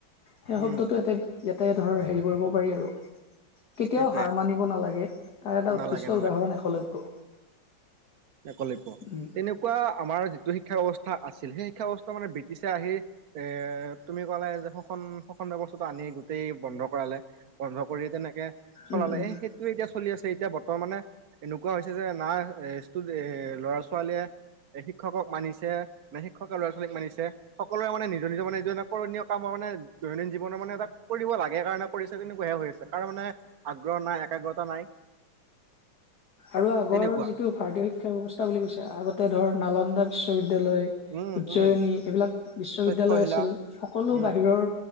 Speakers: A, on the left (about 50°); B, on the right (about 55°).
A: সেই শব্দটো
B: উম
A: এতে ইয়াত তাতে ধৰ হেৰি কৰিব পাৰি আৰু কেতিয়াও
B: সেইটোৱে
A: হাৰ মানিব নালাগে তাৰ এটা
B: নালাগে
A: উৎকৃষ্ট উদাহৰণ একলব্য
B: একলব্য,
A: উম
B: তেনেকুৱা আমাৰ যিটো শিক্ষা ব্যৱস্থাৰ শিক্ষ আছিল সেই শিক্ষা ব্যৱস্থা মানে ব্ৰিটিছে আহি এ তুমি ক'লে যে শোষণ -শোষণ ব্যৱস্থাটো আনি গোটেই বন্ধ কৰালে বন্ধ কৰি তেনেকে চলালে
A: উম উম
B: এ সেইটোে এতিয়া চলি আছে এতিয়া বৰ্তমানে এনেকুৱা হৈছে যে না এ এ ল'ৰা ছোৱালীয়ে এ শিক্ষকক মানিছে নে শিক্ষকে ল'ৰা ছোৱালীক মানিছে সকলোৰে মানে নিজ নিজৰ মে নিজনে কৰণীয় কামৰ মানে দৈনন্দিন জীৱনৰ মানে এটা কৰিব লাগে কাৰণে কৰিছে তেনেকুৱাহে হৈ আছে কৰোঁ মানে আগ্ৰহ নাই একাগ্ৰতা নাই
A: আৰু আগৰ
B: তেনেকুৱা
A: যিটো ভাৰতীয় শিক্ষা ব্যৱস্থা বুলি কৈছে আগতে ধৰ নালন্দা বিশ্ববিদ্যালয় বিদ্য়ালয়
B: উম
A: উজ্জয়নী
B: উম
A: এইবিলাক বিশ্ববিদ্যয়ালয়
B: তক্ষশিলা
A: আছিল সকলো
B: উম
A: বাহিৰৰ